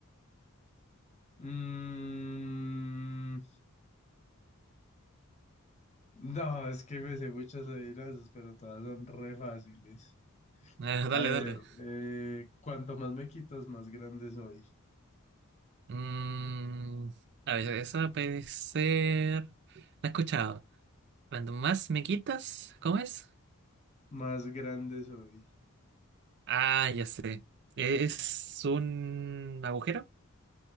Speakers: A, on the left (about 30°); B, on the right (about 50°).
A: Mm, No, es que me sé muchas adivinanzas, pero todas son re fáciles.
B: Ah,
A: A
B: Dale,
A: ver,
B: dale.
A: eh, cuanto más me quitas, más grande soy.
B: Mm, a ver, esa puede ser... La he escuchado. Cuando más me quitas, ¿cómo es?
A: Más grande soy.
B: Ah, ya sé. E, Es un agujero.